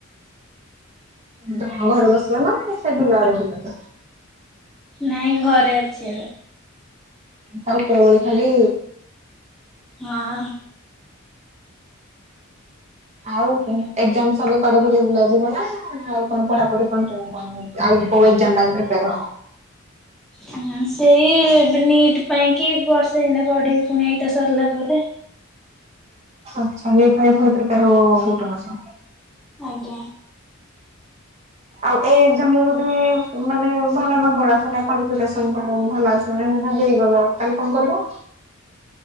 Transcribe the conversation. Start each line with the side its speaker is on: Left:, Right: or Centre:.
Right: ତ ଘରେ ବସିବା ନା ସେ ବିଲ ଆଡେ ବୁଲୁଚ?
Centre: ନାଇଁ ଘରେ ଅଛି ଏବେ।
Right: <unintelligible> ଖାଲି
Centre: ହଁ।
Right: ଆଉ ଏକଜାମ ସରିଲେ କୁଆଡେ ବୁଲି ବୁଲା ଯିବ ନା ଆଉ କଣ ପଢାପଢି କଣ କଣ <unintelligible> ଆଉ କେଉ ଏକଜାମ ପାଇଁ ପ୍ରିପେୟାର ହବ?
Centre: ହଁ ସେଇ ନିଟ୍ ପାଇଁ କି ବର୍ଷେ ହେଇନା ପଢିବି ପୁଣି ଏଇଟା ସରିଲା ପରେ।
Right: ଆଚଛାଇ ପ୍ରିପେୟାର ହୁ ଗୋଟେ ବର୍ଷ।
Centre: ଆଜ୍ଞା।
Right: ଆଉ ଏଇ ଏକ୍ଜାମରେ ଯଦି ମାନେ ଭଲ ନମ୍ବର ଆସିଲା କ୍ୱାଲିଫିକେସନ ଭଲ ଆସେ। ମୋନେ ହୁ ହୁ ହେଇଗଲ କାଲି କଣ କରିବ?